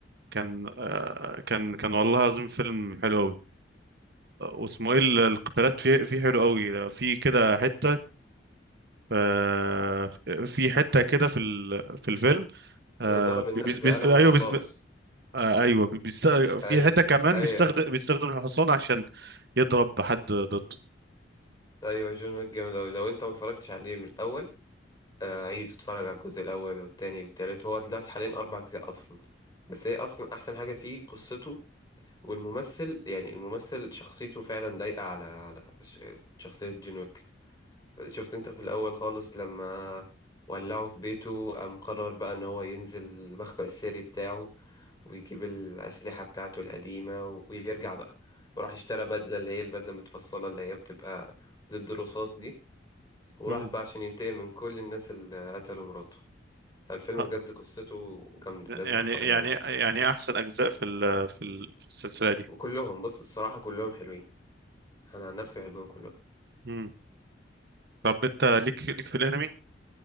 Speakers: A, on the right; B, on the left.
A: كان آه، كان كان والله العظيم فيلم حلو قوي واسمه ايه ال- القتالات فيه فيه حلو قوي في كده حتة آه، في حتة كده في ال- في الفيلم آه،
B: ضرب الناس
A: بي- بيز-
B: بقلم
A: بيز- ايوه
B: رصاص
A: بيز- آه، ايوه بي- بيست- في
B: اي
A: حتة كمان
B: اي
A: بيستخدم
B: اي
A: بيستخدم الحصان عشان يضرب حد ضده
B: ايوه جون ويك جامد اوي لو انت ما اتفرجتش عليه من الاول آه، عيد اتفرج على الجزء الاول والتاني والتالت هو دلوقتي حاليا اربع اجزاء اصلا بس هي اصلا احسن حاجه فيه قصته والممثل يعني الممثل شخصيته فعلا لايقه على على ش- شخصيه جون ويك ف- شفت انت في الاول خالص لما ولعه في بيته قام قرر بقى ان هو ينزل المخبأ السري بتاعه ويجيب الأسلحة بتاعته القديمة و- ويرجع بقى وراح اشترى بدلة اللي هي البدلة المتفصلة اللي هي بتبقى ضد الرصاص دي وراح
A: مم.
B: بقى عشان ينتقم من كل الناس اللي قتلوا مراته الفيلم
A: ه-
B: بجد قصته جامدة لازم
A: يعني
B: تتفرج
A: يعني
B: عليه
A: يعني احسن اجزاء في ال- في ال- في السلسله دي
B: وكلهم بص الصراحة كلهم حلوين انا عن نفسي بحبهم كلهم
A: مم. طب انت ليك ليك في الانمي